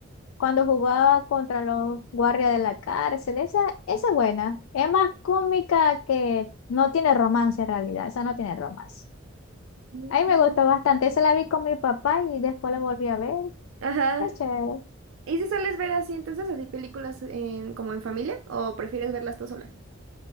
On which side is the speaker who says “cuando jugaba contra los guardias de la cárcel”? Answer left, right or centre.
Left